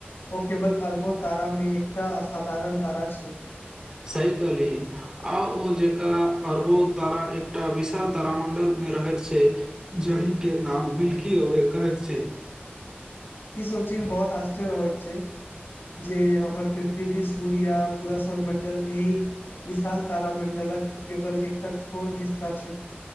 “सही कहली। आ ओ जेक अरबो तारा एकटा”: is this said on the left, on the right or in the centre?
Right